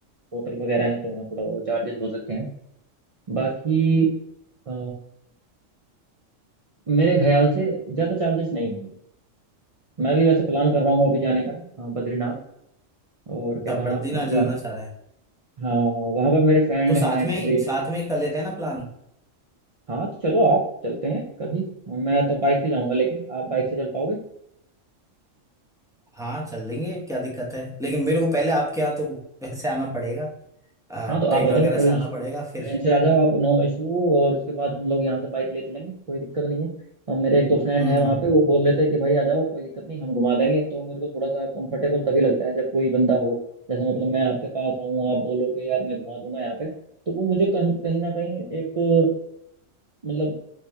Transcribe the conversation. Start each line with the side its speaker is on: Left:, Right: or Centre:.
Right: होटल वगैरह हैं तो वहाँ थोड़ा और चार्जेस हो सकते हैं बाकी अ, मेरे ख्याल से ज़्यादा चार्जेस नहीं होंगे मैं भी वैसे प्लान कर रहा हूँ अभी जाने का अ, बद्रीनाथ और केदारनाथ
Centre: तब बद्रीनाथ
Right: क्योंकि
Centre: जाना चाह रहा है
Right: हाँ वहाँ पर मेरे फ्रेंड
Centre: तो साथ
Right: हैं एक्चुअली
Centre: में साथ में कर लेते हैं ना प्लान
Right: हाँ तो चलो आप चलते हैं कभी मैं तो बाइक से जाऊँगा लेकिन आप बाइक से चल पाओगे
Centre: हाँ चल लेंगे क्या दिक्कत है लेकिन मेरे को पहले आपके यहाँ तो वैसे आना पड़ेगा ट्रेन
Right: हाँ तो आप आ जाओ
Centre: वगैरह
Right: कोई
Centre: से आना
Right: इशू
Centre: पड़ेगा फिर
Right: ट्रेन से आ जाओ आप नो इशू और उसके बाद हम लोग यहाँ से बाइक ले चलेंगे कोई दिक्कत नहीं है और मेरे एक दो फ्रेंड
Centre: हम्म
Right: हैं
Centre: हम्म
Right: वहाँ
Centre: हम्म।
Right: पे वो बोल लेते हैं कि भाई आ जाओ कोई दिक्कत नहीं हम घुमा देंगे तो मेरे को थोड़ा सा कंफर्टेबल तभी लगता है जब कोई बंदा हो जैसे मतलब मैं आपके पास आऊँ आप बोलो कि यार मैं घुमा दूंगा यहाँ पे तो वो मुझे कहीं कहीं ना कहीं एक मतलब